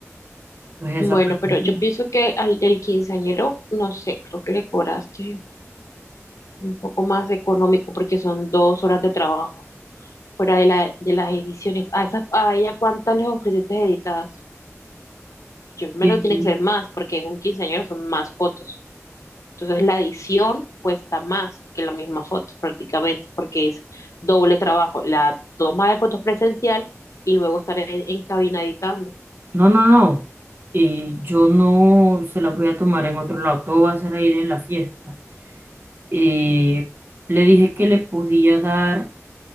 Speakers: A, on the right (about 45°); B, on the left (about 80°).
A: Entonces
B: Bueno,
A: esa parte
B: pero
A: es
B: yo
A: mía.
B: pienso que al del quinceañero, no sé, creo que le cobraste un poco más económico porque son dos horas de trabajo fuera de, la, de las ediciones. ¿A, esas, a ella cuántas les ofreciste editadas? Yo me
A: Y-
B: lo tienen que ser más porque es un quinceañero, son más fotos. Entonces la edición cuesta más que la misma foto prácticamente, porque es doble trabajo, la toma de fotos presencial y luego estar en, en cabina editando.
A: No, no, no, eh, yo no se las voy a tomar en otro lado, todo va a ser a ir en la fiesta. Eh, le dije que le podía dar